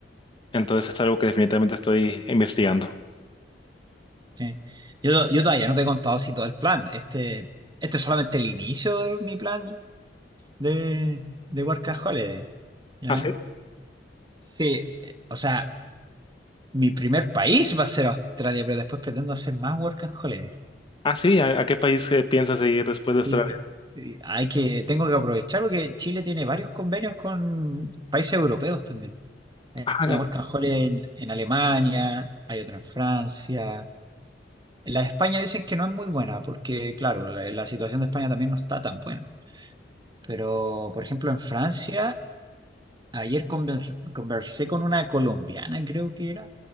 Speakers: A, on the left; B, on the right.
A: Entonces es algo que definitivamente estoy investigando.
B: Sí. Yo, yo todavía no te he contado si todo el plan, este, este es solamente el inicio de mi plan de, de Work and Holiday, ¿ya?
A: Ah, sí.
B: Sí, Eh, O sea, mi primer país va a ser Australia, pero después pretendo hacer más Work and Holiday.
A: Ah, sí, ¿A, a qué país eh, piensas ir después
B: Sí,
A: de Australia?
B: sí, hay que, tengo que aprovechar porque Chile tiene varios convenios con países europeos también. Hay
A: Ah,
B: una
A: ya.
B: Work and Holiday en, en Alemania, hay otra en Francia. La de España dicen que no es muy buena porque, claro, la, la situación de España también no está tan buena. Pero, por ejemplo, en Francia, ayer conver- conversé con una colombiana, creo que era